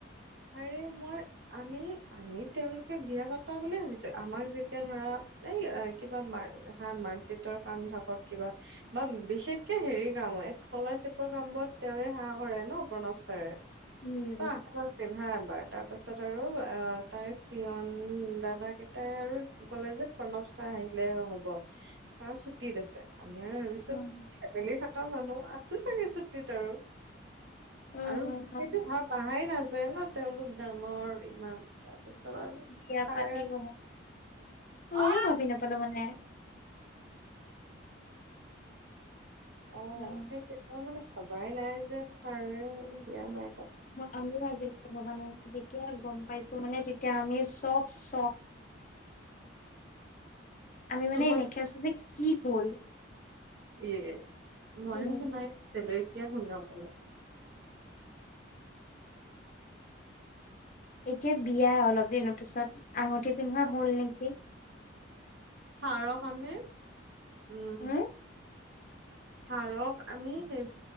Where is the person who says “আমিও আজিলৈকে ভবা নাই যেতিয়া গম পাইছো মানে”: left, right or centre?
Left